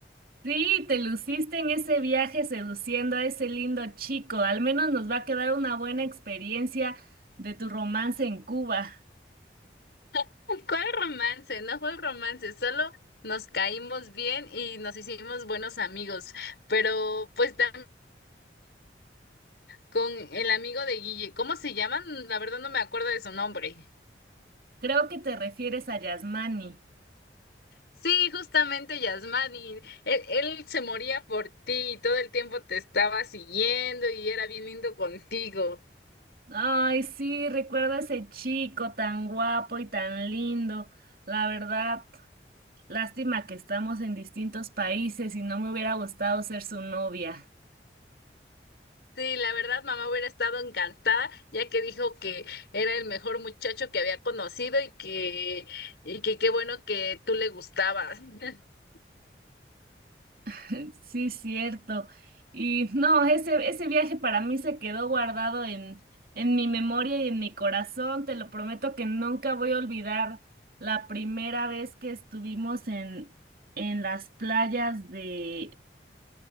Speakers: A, on the right; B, on the left.
A: Sí, te luciste en ese viaje seduciendo a ese lindo chico. Al menos nos va a quedar una buena experiencia de tu romance en Cuba.
B: <laughs> ¿Cuál romance? No fue romance, solo nos caímos bien y nos hicimos buenos amigos, pero pues también con el amigo de Guille, ¿cómo se llaman? La verdad no me acuerdo de su nombre.
A: Creo que te refieres a Yasmani.
B: Sí, justamente Yasmani, él, él se moría por ti y todo el tiempo te estaba siguiendo y era bien lindo contigo.
A: Ay, sí, recuerdo a ese chico tan guapo y tan lindo. La verdad, lástima que estamos en distintos países y no me hubiera gustado ser su novia.
B: Sí, la verdad, mamá hubiera estado encantada, ya que dijo que era el mejor muchacho que había conocido y que, y que qué bueno que tú le gustabas. <laughs>
A: <laughs> Sí, cierto. Y no, ese, ese viaje para mí se quedó guardado en, en mi memoria y en mi corazón. Te lo prometo que nunca voy a olvidar la primera vez que estuvimos en, en las playas de,